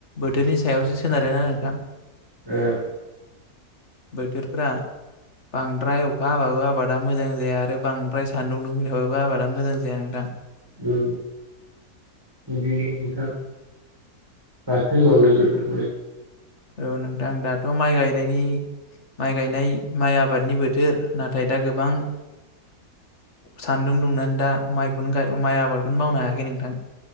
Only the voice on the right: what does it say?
ओ
उ बिदिनो नोंथां माथो होनबावनो बोथोरखौलाय